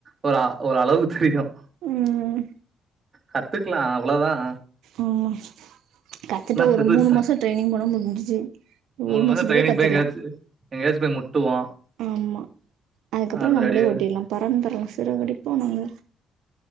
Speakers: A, on the right; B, on the right.
A: ஒரு ஒரு அளவுக்கு தெரியும்
B: ம்
A: கத்துக்கலாம் அவ்ளோதான்
B: ஆமஸ் கத்துட்டு ஒரு
A: பெருசா
B: மூணு மாசம் ட்ரைனிங் போனா முடிஞ்சிச்சு
A: மூணு
B: ஒரு
A: மாசம்
B: மாசத்துலயே
A: ட்ரைனிங்
B: கத்துர்ளாம்
A: போய் எங்கயாச்சு எங்கயாச்சும் போய் முட்டுவோம்
B: ஆமா அதுக்கப்பறம்
A: அடுத்த
B: நம்மளே
A: அடி
B: ஓட்டிர்லா பறந்து தரலாம் சிறுகடிப்போ நாங்க